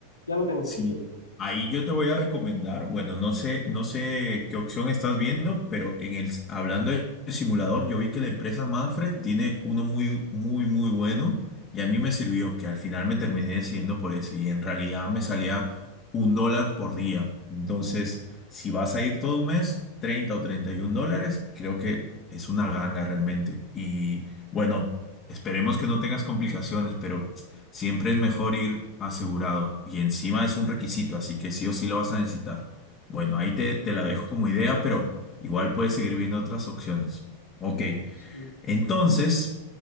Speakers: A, on the left; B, on the left.
A: Ya lo tengo.
B: Sí,
A: Sí,
B: ahí yo te voy a recomendar, bueno, no sé, no sé qué opción estás viendo, pero en el, hablando de simulador, yo vi que la empresa Manfred tiene uno muy, muy, muy bueno y a mí me sirvió, que al final me terminé decidiendo por ese y en realidad me salía un dólar por día. Entonces, si vas a ir todo un mes, 30 o 31 dólares, creo que es una ganga realmente. Y bueno, esperemos que no tengas complicaciones, pero... Siempre es mejor ir asegurado y encima es un requisito, así que sí o sí lo vas a necesitar. Bueno, ahí te, te la dejo como idea, pero igual puedes seguir viendo otras opciones. Ok,
A: sí.
B: entonces,